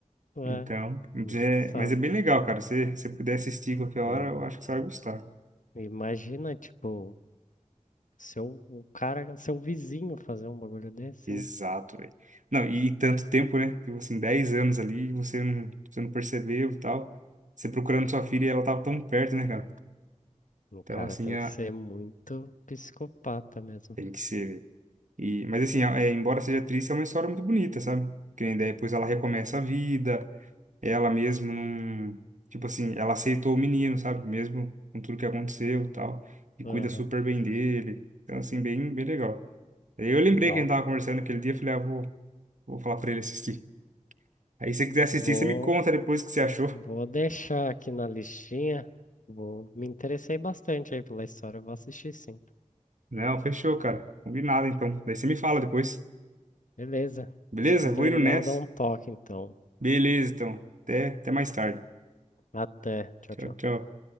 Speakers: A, on the left; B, on the right.
A: é,
B: Então, mas
A: né,
B: é,
A: sabe?
B: mas é bem legal, cara. Se você puder assistir qualquer hora,
A: Uhum.
B: eu acho que você vai gostar.
A: Imagina, tipo, seu, o cara, seu vizinho fazer um bagulho desse,
B: Exato,
A: né?
B: velho. Não, e, e tanto tempo, né? Tipo assim, 10 anos ali, e você não, você não percebeu e tal. Você procurando sua filha e ela tava tão perto, né, cara?
A: O
B: Então,
A: cara
B: assim,
A: tem
B: a,
A: que ser muito psicopata mesmo.
B: tem que ser, velho. E, mas assim, a- é, embora seja triste, é uma história muito bonita, sabe? Que nem daí depois ela recomeça a vida, ela mesmo não. Tipo assim, ela aceitou o menino, sabe? Mesmo com tudo que aconteceu e tal. E cuida
A: Aham,
B: super bem dele. Então, assim, bem, bem legal. Aí eu lembrei
A: Legal.
B: que a gente tava conversando aquele dia, eu falei, ah, vou, vou falar pra ele assistir. Aí se você quiser assistir,
A: Vou,
B: você me conta depois o que você achou.
A: vou deixar aqui na listinha. Vou, me interessei bastante aí pela história, vou assistir sim.
B: Não, fechou, cara. Combinado, então. Daí você me fala depois.
A: Beleza.
B: Beleza?
A: Assim que eu terminar,
B: Vou indo nessa.
A: eu dou um toque, então.
B: Beleza, então. Até, até mais tarde.
A: Até. Tchau,
B: Tchau,
A: tchau.
B: tchau.